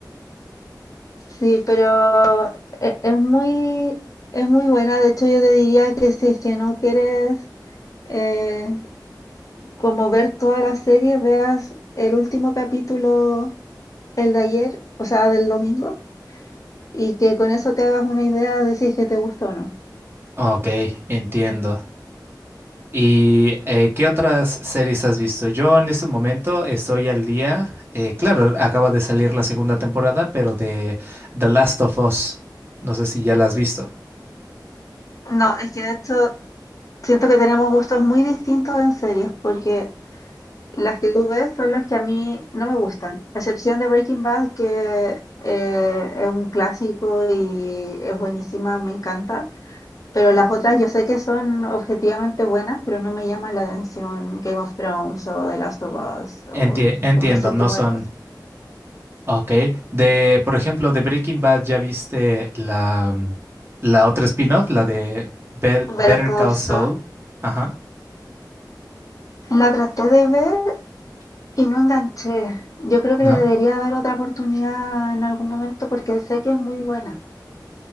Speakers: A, on the left; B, on the right.
A: Sí, pero e- es muy, es muy buena. De hecho, yo te diría que si es que no quieres eh, como ver toda la serie, veas el último capítulo, el de ayer, o sea, del domingo, y que con eso te hagas una idea de si es que te gustó o no.
B: Ok, entiendo. ¿Y eh, qué otras series has visto? Yo en este momento estoy al día. eh, claro, acaba de salir la segunda temporada, pero de The Last of Us. No sé si ya la has visto.
A: No, es que de hecho siento que tenemos gustos muy distintos en series, porque las que tú ves son las que a mí no me gustan, a excepción de Breaking Bad, que eh, es un clásico y es buenísima, me encanta. Pero las otras yo sé que son objetivamente buenas, pero no me llaman la atención Game of Thrones o The Last of Us
B: Enti-
A: o
B: Ujú. entiendo,
A: como ese tipo
B: no son...
A: de cosas.
B: Ok. De, por ejemplo, de Breaking Bad, ¿ya viste la, la otra spin-off, la de Bet- Better
A: ver cosas
B: Call Saul? Ajá.
A: La traté de ver y no enganché. Yo creo que
B: ¿No?
A: le debería dar otra oportunidad en algún momento porque sé que es muy buena.